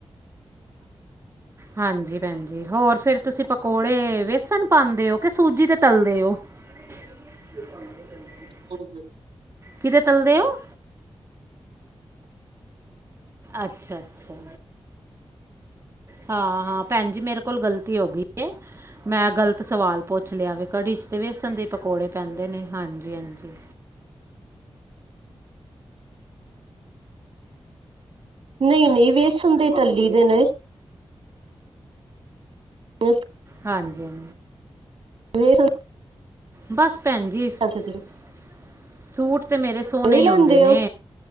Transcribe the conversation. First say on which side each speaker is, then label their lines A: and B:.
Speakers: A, on the right; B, on the right.
A: ਹਾਂਜੀ। ਭੈਣਜੀ। ਹੋਰ। ਫਿਰ। ਤੁਸੀਂ। ਪਕੌੜੇ। ਬੇਸਣ। ਪਾਉਂਦੇ। ਹੋ। ਕਿ। ਸੂਜੀ। ਤੇ। ਤਲਦੇ। ਹੋ। ਸ। ਸ। ਸ।
B: ਕ।
A: ਕਿਤੇਦੇ। ਤਲਦੇਓ। ਅੱਛਾ। ਅੱਛਾ। ਹਾਂ। ਹਾਂ। ਭੈਣ। ਜੀ। ਮੇਰੇ। ਕੋਲ। ਗਲਤੀ। ਹੋ। ਗਈ। ਹੈ। ਮੈਂ। ਗਲਤ। ਸਵਾਲ। ਪੁੱਛ। ਲਿਆ। ਵੀ। ਕੜੀ। 'ਚ। ਤਾਂ। ਵੇਸਣ। ਦੇ। ਪਕੌੜੇ। ਪੈਂਦੇ। ਨੇ। ਹਾਂਜੀ। ਹਾਂਜੀ।
B: ਨਹੀਂ। ਨਹੀਂ। ਵੇਸਣ। ਦੇ। ਤੱਲੀ। ਦੇ। ਨੇ। ਅ।
A: ਹਾਂਜੀ। ਹਾਂਜੀ।
B: ਮ।
A: ਬਸ। ਭੈਣ। ਜੀ। ਸੂਟ।
B: ਤੁਸੀਂ
A: ਸੂਟ ਤੇ ਮੇਰੇ ਸੋਹਨ
B: ਉ
A: ਹੀ
B: ਲੈਂਦੇ
A: ਹੁੰਦੇ ਨੇ।
B: ਹੋ